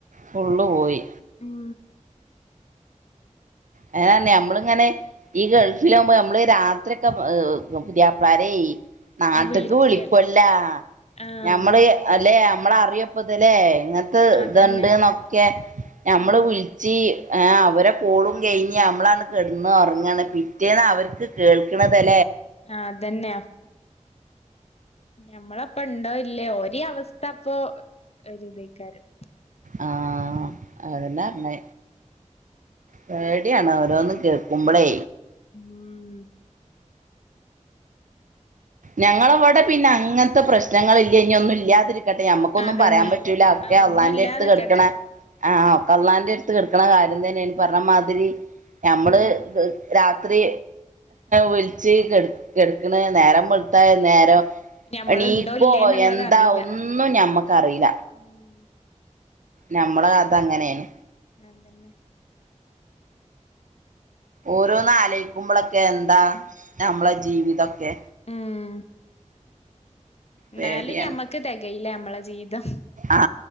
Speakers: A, on the right; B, on the left.
A: ഫുള്ള് പോയി
B: ഉം
A: അങ്ങനന്നെ നമ്മളിങ്ങനെ ഈ ഗൾഫിലാകുമ്പോ നമ്മള് രാത്രി ഒക്കെ പുതിയാപ്ലരേ നാട്ടക്ക്
B: ആഹ് വിളിക്ക്യ
A: വിളിപ്പല്ല
B: ആഹ്
A: ഞമ്മള് അല്ലെ നമ്മള് അറിയപ്പത്തല്ലേ അങ്ങത്തെ
B: അതന്നെ
A: ഇത്ണ്ട്ന്നൊക്കെ നമ്മള്
B: ഉം
A: വിളിച്ച് ആ അവരെ പോളും കഴിഞ്ഞ് നമ്മള് അങ്ങോട്ട് കിടനുറങ്ങാണ് പിറ്റേ അവർക്ക് കേൾക്കണത് എ
B: ആ അതന്നെയാ ഞമ്മള് അപ്പോ ഇണ്ടോ ഇല്ലേ ഒരേ അവസ്ഥ അപ്പൊ <unintelligible> ക്കാരും
A: ആ അങ്ങനെ തന്നെ പേടിയാണ് ഓരോന്ന് കേൾക്കുമ്പോളേ
B: ഉം
A: ഞങ്ങളവിടെ പിന്നെ അങ്ങനത്തെ പ്രശ്നങ്ങൾ ഇല്ല ഇനി ഒന്നും ഇല്ലാതിരി ക്കട്ടെ ഞമ്മക്കൊന്നും
B: അതന്നെ
A: പറയാൻ പറ്റൂല ഒക്കെ
B: ആഹ്
A: അള്ളാന്റെ
B: ഒന്നും ഇല്ലാതെക്കട്ടെ
A: അടുത്ത് കിടുക്കണ ആ ഒക്കെ അള്ളാൻ്റെ അടുത്ത് കിടക്കണ കാര്യം തന്നെന്ന് പറഞ്ഞ മാതിരി ഞമ്മള്
B: ഉം
A: രാത്രി വിളിച്ച് കെടുക്കണ നേരം വെ ളത്ത നേരം
B: ഞമ്മള്ണ്ടോ
A: എണീക്കോ
B: ഇല്ലേന്ന്ള്ളത്
A: എന്താ
B: അറിയില്ല
A: ഒന്നും ഞമ്മ അറിയില്ല
B: ഉം
A: നമ്മള കഥ അങ്ങനെയാണ്
B: നാൻ തന്നെ
A: ഓരോന്ന് ആലയിക്കുമ്പളൊക്കെ എന്താ നമ്മളെ ജീവിതൊക്കെ
B: ഉം എന്നാലും
A: പേടിയാണ്
B: ഞമ്മക്ക് തെകയില്ല നമ്മളെ ജീവിതം
A: ആ